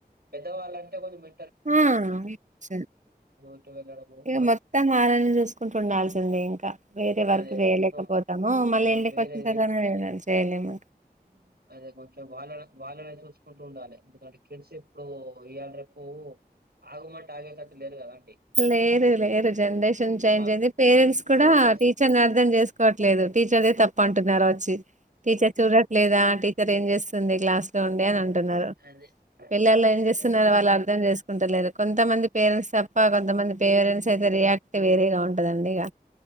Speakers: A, on the right (about 75°); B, on the right (about 50°).
A: పెద్దవాళ్ళంటే కొంచం మ
B: ఆ <unintelligible>
A: ఇటు వెళ్ళడము
B: ఇగా
A: ఆ
B: మొత్తం ఆళ్లనే చూసుకుంటూ ఉండాల్సిందే ఇంకా వేరే వర్క్
A: అదే
B: చేయలేకపోతాము
A: మొత్తం
B: మళ్ళీ
A: ఆ
B: ఇంటికి
A: వేరేది
B: వచ్చేస <unintelligible> చేయలేమ్
A: అదే కొంచెం వాళ్ళనే వాళ్ళనే చూస్ కుంటుండాలి ఎందుకంటే కిడ్స్ ఇప్పుడు ఇయ్యాల్ రేపు ఆగమంటే ఆగేటట్టు లేరు కదా అండి
B: లేరు లేరు జెన్రేషన్ చేంజ్
A: మా
B: అయింది పేరెంట్స్ కూడా
A: జనరేషన్
B: టీచర్ ని అర్థం జేసుకోట్లేదు టీచర్దే తప్పంటున్నారు వొచ్చి టీచర్ చూడట్లేదా టీచర్ ఏం జేస్ స్తుంది క్లాస్ లో ఉండి అని అంటున్నారు
A: అదే
B: పిల్లలు ఏం జేస్తున్నారో
A: అదే అండి
B: వాళ్ళు అర్థం జేసుకుంటలేరు కొంతమంది పేరెంట్స్ తప్ప కొంతమంది పేరెంట్స్ అయితే రియాక్ట్ వేరేగా ఉంటదండి ఇగ